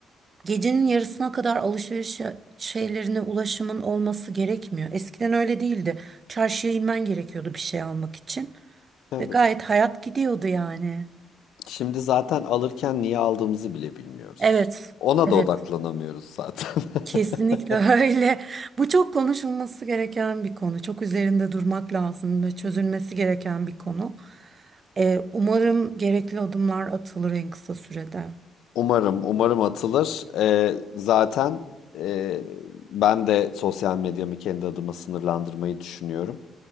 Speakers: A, on the right; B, on the left.
A: gecenin yarısına kadar alışveriş ya- şeylerine ulaşımın olması gerekmiyor. Eskiden öyle değildi. Çarşıya inmen gerekiyordu bir şey almak için
B: Evet.
A: ve gayet hayat gidiyordu yani.
B: Şimdi zaten alırken niye aldığımızı bile bilmiyoruz.
A: Evet,
B: Ona
A: evet.
B: da odaklanamıyoruz zaten. <laughs>
A: Kesinlikle <laughs> öyle. Bu çok konuşulması gereken bir konu. Çok üzerinde durmak lazım ve çözülmesi gereken bir konu. Ee, umarım gerekli adımlar atılır en kısa sürede.
B: Umarım, umarım atılır. Ee, zaten e, ben de sosyal medyamı kendi adıma sınırlandırmayı düşünüyorum.